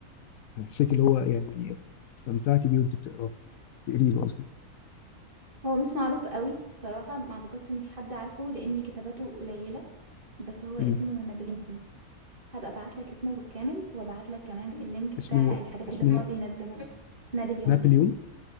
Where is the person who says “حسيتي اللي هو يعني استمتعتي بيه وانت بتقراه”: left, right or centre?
Left